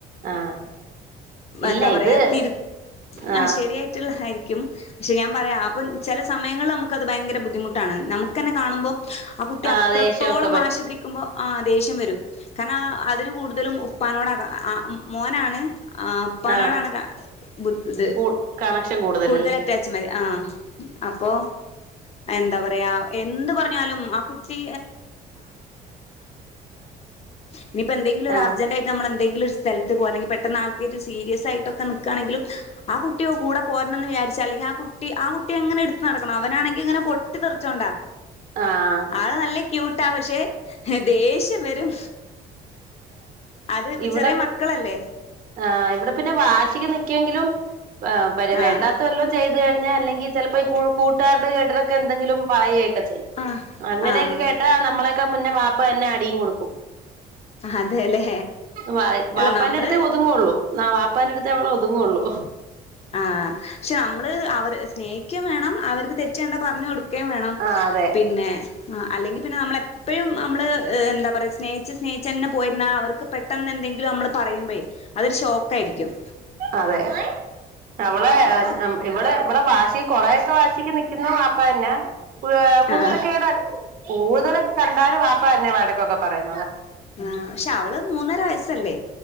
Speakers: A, on the right (about 55°); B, on the left (about 40°).
A: ആഹ് ഇല്ല
B: എന്താ പറയാ
A: ഇത്
B: തിരു
A: ആഹ്
B: ആഹ ശരിയായിട്ടുള്ള ആയിറി ക്യും പക്ഷെ ഞാൻ പറയാ അപ്പം ചില സമയങ്ങളില് നമുക്കത് ഭയങ്കര ബുദ്ധിമുട്ടാണ് നമുക്കന്നെ കാണുമ്പോ ആ കുട്ടി
A: ആഹ്
B: അത്രത്തോളം
A: ദേഷ്യമൊക്കെ വരും
B: വാശി പിടിക്കുമ്പോ ആ ദേഷ്യം വരും കാരണം അതിന് കൂടുതലും ഉപ്പാനോടാ കാ മം മോനാണ് ആ ഉപ്പാനോടാണ്
A: ആഹ്
B: കാ ബു ത്
A: കൂ കണക്ഷൻ കൂടുതലല്ലേ
B: കൂടുതൽ അറ്റാച്ച് മ ആ അപ്പോ എന്താ പറയാ എന്തുപറഞ്ഞാലും ആ കുട്ടി ഇനിയിപ്പോ എന്തെങ്കിലൊരു
A: ആഹ്
B: അർജന്റായിട്ട് നമ്മളെന്തെങ്കിലൊരു സ്ഥലത് പെട്ടന്ന് ആൾക്കൊരു സീരിയസ് ആയിട്ടൊക്കെ നിക്കാണെങ്കിലും ആ കുട്ടിയോ കൂടെ പോരണന്ന് വിചാരിച്ച അല്ലെങ്കിൽ ആ കുട്ടി ആ ട്ടി അങ്ങനെ എടുത്ത് നടക്കണം അവനാണെങ്ങി ഇങ്ങനെ പൊട്ടി തെറിച്ചോണ്ടാ
A: ആഹ്
B: ആള് നല്ല ക്യൂട്ട പക്ഷേ ദേഷ്യം വരും അത്
A: ഇവിടെ
B: ചെറിയ മക്കളല്ലേ
A: ആഹ ഇവിടെ പിന്നെ വാശിക് നിക്കെങ്കിലും ആ പര വേണ്ടാത്തല്ലോം
B: ആഹ്
A: ചെയ്ത ത് കഴിഞ്ഞാ അല്ലെങ്കി ചെലപ്പോ ഈ കൂ കൂട്ടുകാരുടെ ഇടക്ക് എന്തെങ്കിലും പറയ കെ ചെയും
B: ആഹ്
A: അങ്ങനെയൊക്കെ
B: ആഹ്
A: കേട്ടാ നമ്മളെ ക്കെ മുന്നേ വാപ്പ തന്നെ അടിയും കൊടുക്കും
B: അതെല്ലേ
A: വ
B: അല്ല
A: വാപ്പാന്റെ
B: നമ്മള്
A: അടുത്തേ ഒതുങ്ങുള്ളൂ ന വ പ്പാന്റെ അടുത്തേ അവൾ ഒതുങ്ങുള്ളൂ
B: ആ പക്ഷെ നമ്മൾ അവര് സ്നേ ക്ക് വേണം അവർക്ക് തെറ്റ് കണ്ടാൽ പറഞ്ഞു കൊടുക്കും. ക്ക വേണം
A: ആഹ് അതെ
B: പിന്നെ അല്ലെങ്കിൽ പിന്നെ നമ്മൾ എപ്പോഴും നമ്മൾ എന്താ പറയാ സ്നേഹിച്ച് സ്നേഹിച്ചു തന്നെ പോയിരുന്ന അവർക്ക് പെട്ടെന്ന് എന്തെങ്കിലും നമ്മൾ പറയുമ്പേ അതൊരു ഷോക്കായിരിക്കും
A: അതെ അവളെ
B: അപ്പം
A: ഇവിളെ ഇവിളെ വാശി കൊറേയൊക്കെ വാശിക്ക് നിക്കുന്ന ബാപ്പ തന്നെ കുര് കുരുത്തക്കേടാ
B: ആഹ്
A: കൂടുതലൊക്കെ കണ്ടാലും ബാപ്പ തന്നെ വഴക്കൊക്കെ പറയും.
B: ആ പക്ഷെ അവൾ മൂന്നര വയസല്ലേ